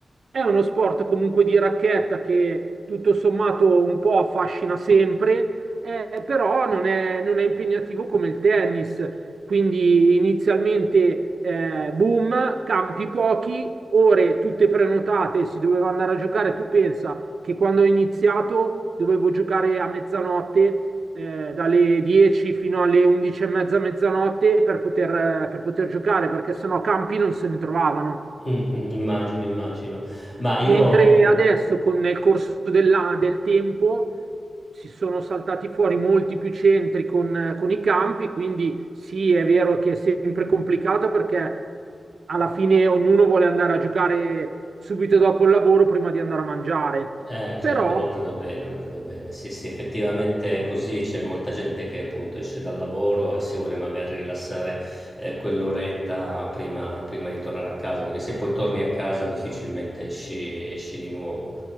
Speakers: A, on the right; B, on the left.
A: è uno sport comunque di racchetta che tutto sommato un po' affascina sempre, eh, però non è, non è impegnativo come il tennis. Quindi inizialmente eh, boom, campi pochi, ore tutte prenotate, si doveva andare a giocare, tu pensa che quando ho iniziato dovevo giocare a mezzanotte, eh, dalle 10 fino alle 11 e mezza, mezzanotte per poter, eh, per poter giocare, perché sennò campi non se ne trovavano.
B: Mhm, immagino, immagino. Ma io
A: Mentre adesso, con nel corso della- del tempo, si sono saltati fuori molti più centri con, con i campi, quindi sì, è vero che è sempre complicato perché alla fine ognuno vuole andare a giocare subito dopo il lavoro prima di andare a mangiare.
B: eh, credo,
A: Però
B: lo credo bene, lo credo bene. Sì, sì, effettivamente è così c'è molta gente che appunto esce dal lavoro e si vuole magari rilassare eh, quell'oretta prima, prima di tornare a casa, perché se poi torni a casa difficilmente esci, esci di nuovo.